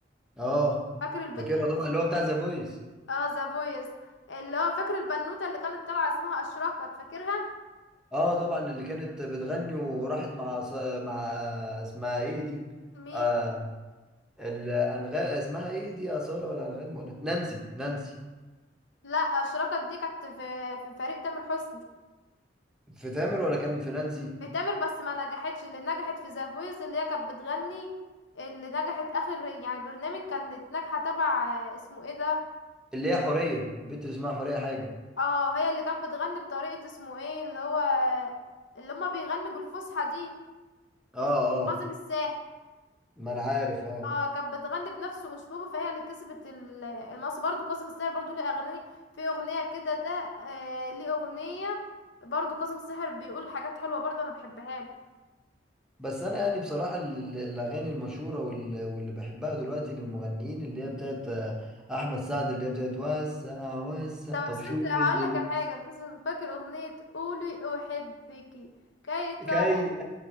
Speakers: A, in the centre; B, on the left.
A: اه
B: فاكر البنت
A: فاكرها
B: اللي
A: طبعا اللي هو بتاع ذا فويس
B: اه ذا فويس اللي هو فاكر البنوتة اللي كانت طالعة اسمها أشرقت فاكرها
A: اه طبعا اللي كانت بتغني وراحت مع ص- مع اسمها ايه دي
B: مين
A: آه الانغام اسمها ايه دي اصالة ولا انغام ولا نانسي نانسي
B: لا أشرقت دي كانت في في فريق تامر حسني
A: في تامر ولا كان في نانسي
B: في تامر بس ما نجحتش اللي نجحت في ذا فويس اللي هي كانت بتغني اللي نجحت اخر يعني برنامج كانت ناجحة تبع آه، اسمه ايه ده
A: اللي هي حورية البت اللي اسمها حورية حاجة
B: اه هي اللي كانت بتغني بطريقة اسمه ايه اللي هو اللي هما بيغنوا بالفصحى دي
A: اه
B: اسم- كاظم
A: اه
B: الساهر
A: ما انا عارف اه
B: اه كانت بتغني بنفس اسلوبه فهي اللي كسبت ال- النص برضو كاظم الساهر برضو ليه اغاني في اغنيه كده ده آه ليه اغنيه برضو كاظم الساهر بيقول حاجات حلوه برضو انا بحبها له
A: بس انا يعني بصراحه ال- الاغاني المشهوره وال- واللي بحبها دلوقتي للمغنيين اللي هي بتاعت آه، احمد سعد اللي هي بتاعت وسع وسع
B: طب
A: طب
B: ست
A: شوف
B: هقول
A: إيه اللي
B: لك
A: جا-
B: على حاجه بس فاكر اغنيه قولي احبكي كي تر
A: كي